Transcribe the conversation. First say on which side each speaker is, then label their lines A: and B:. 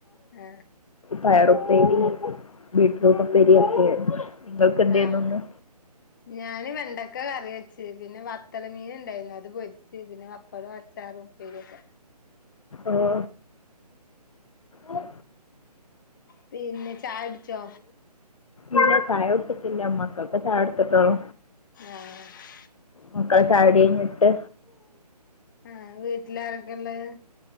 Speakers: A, on the left (about 30°); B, on the left (about 55°).
A: ഏഹ്
B: പയറുപ്പേരി ബീട്രൂട്ട് ഉപ്പേരി ഒക്കെയാരുന്നു. നിങ്ങൾക്ക് എന്തേര്ന്നു
A: ആഹ്
B: ന്ന്?
A: ഞാന് വെണ്ടക്ക കറി വെച്. പിന്നെ വത്തല മീന് ണ്ടായിരുന്നു അത് പൊരിച്ച് പിന്നെ വപ്പടൊ അ ച്ചാറും പ്പേരിയൊക്കെ.
B: ഓഹ് അഹ്
A: പിന്നെ ചായ ടിച്ചോ?
B: ഇല്ല ചായുട്ച്ചിട്ടില്ല മക്കക് ചായൊടുത്തിട്ടോള്ളൂ.
A: ആഹ്
B: മക്കളെ ചായുടിയ്ഞ്ഞിട്ട്
A: ആഹ് വീട്ടിലാരൊക്കെള്ളേ?